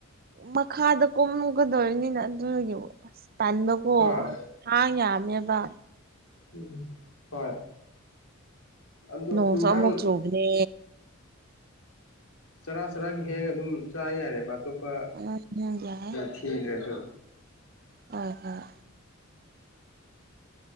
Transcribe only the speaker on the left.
ꯍꯥ
ꯎꯝ ꯍꯣꯏ ꯑꯗꯨ
ꯏꯟꯖꯥꯡ
ꯆꯔꯥ ꯆꯔꯥꯒꯤ ꯍꯦꯛꯑꯥ ꯑꯗꯨꯝ ꯆꯥꯕ ꯌꯥꯔꯦꯕ ꯑꯇꯣꯞꯄ
ꯊꯤꯗꯔ꯭ꯁꯨ